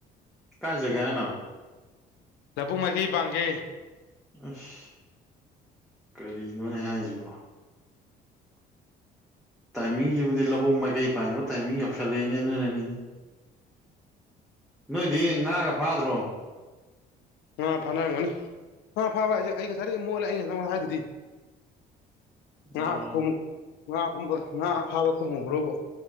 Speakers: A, in the centre; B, on the left (about 85°).
A: ꯀꯥ ꯖꯒꯥꯅ
B: ꯂꯕꯨꯛ ꯃꯍꯒꯤꯩ ꯄꯥꯡꯒꯦ
A: ꯑꯁ ꯀꯔꯤꯅꯣꯅꯦ ꯍꯥꯏꯁꯤꯕꯣ ꯇꯥꯏꯃꯤꯡꯁꯤꯕꯨꯗꯤ ꯂꯧꯕꯨꯛ ꯃꯥꯏꯀꯩ ꯄꯥꯡꯕ ꯇꯥꯏꯃꯤꯡ ꯌꯧꯁꯜꯂꯛꯑꯦꯅꯤ ꯑꯗꯨꯅꯅꯤ ꯅꯣꯏꯗꯤ ꯉꯥꯒ ꯐꯥꯗ꯭ꯔꯣ
B: ꯑꯥ ꯐꯥꯅꯔꯝꯒꯅꯤ ꯑꯥ ꯐꯥꯕ ꯍꯥꯏꯁꯦ ꯑꯩ ꯉꯁꯥꯏꯗꯒꯤ ꯃꯣꯠꯂꯦ ꯑꯩꯩꯅ ꯉꯪꯗ ꯍꯥꯏꯗꯨꯗꯤ
A: ꯑꯣ
B: ꯉꯥ ꯉꯥ ꯄꯨꯝꯕ ꯉꯥ ꯐꯥꯕ ꯈꯨꯝꯍꯈ꯭ꯔꯕ